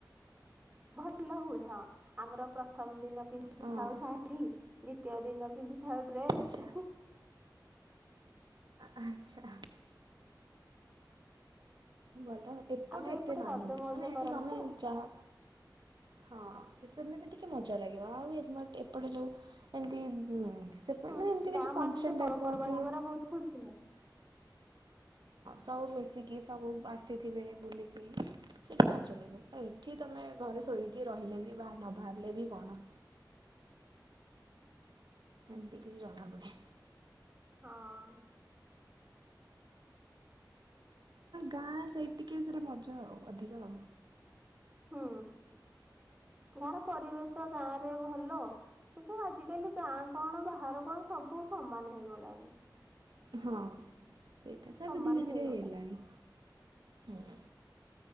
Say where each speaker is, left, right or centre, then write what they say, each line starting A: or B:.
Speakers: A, on the right; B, on the right.
A: ଭଲ ହୁଏ ହଁ ଆମର ପ୍ରଥମ ଦିନ ପିନ୍ଧିଥାଉ
B: ହଁ
A: ଶାଢୀ ଦ୍ଵିତୀୟ ଦିନ ପିନ୍ଧି ଡ୍ରେସ୍
B: ଆଚ୍ଛା। ଆଚ୍ଛା। ବଲ ଏପଟେ
A: ଆମର
B: ଏତେ ନାହିଁ
A: ରଜ ମଉଜ
B: ମାନେ ଏଠି
A: କରନ୍ତି
B: ତମେ
A: ତ।
B: ଯାହା ହଁ ସେମିତି ଟିକେ ମଜା ଲାଗିବ ଆଉ ଏ ଏପଟେ ଯୋଉ ଏମିତି ଉ ସେ ମାନେ
A: ହୁଁ
B: ଏମିତି
A: ଗାଁ
B: କିଛି ଫଙ୍କସନ୍
A: ମାନକେ ପର୍ବପର୍ବାଣୀ
B: ଟାଇପ ର କି ହଁ
A: ଗୁରା ବହୁତ ଖୁସି
B: ସବୁ ମିଶିକି ସବୁ ଆସିଥିବେ ବୁଲିକି ସେଇଟା ମଜା ଲାଗେ ଆଉ ଏଠି ତୁମେ ଘରେ ଶୋଇ କି ରହିଲେ ବି ବା ନ ବାହାରିଲେ ବି କଣ ଏମିତି କିଛି ଜଣାପଡ଼େ
A: ହଁ
B: ଗାଁ ସେଇ ଟିକେ ସେଇଟା ମଜା ଆଉ ଅଧିକା ଆଉ
A: ହୁଁ ଗାଁହାର ପରିବେଶ ଗାଁ ରେ କିନ୍ତୁ ଆଜିିକାଲି ଗାଁ କଣ ବାହାର କଣ ସବୁ ସମାନ ହେଇଗଲାଣି
B: ହଁ ସେଇଟା ସେବେ
A: ସମାନ
B: ଧୀରେ
A: ହେଇଗଲାଣି
B: ଧୀରେ ହେଇଲାଣି ହୁଁ